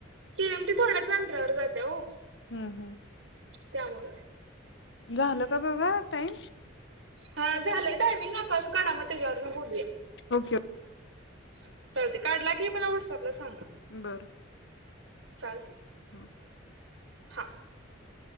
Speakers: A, on the right; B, on the left.
A: केएमटी थोड्याच अंतरावर जातीया ओ.
B: हं, हं.
A: त्यामुळं
B: झालं का बघा टाईम.
A: हा झालंय टायमिंग. अकाउंट काढा मग त्याच्यावरन बोलूया.
B: ओके.
A: चालतंय, काढला की मला व्हॉट्सॲपला सांगा.
B: बर.
A: चालतंय.
B: हा.
A: हा.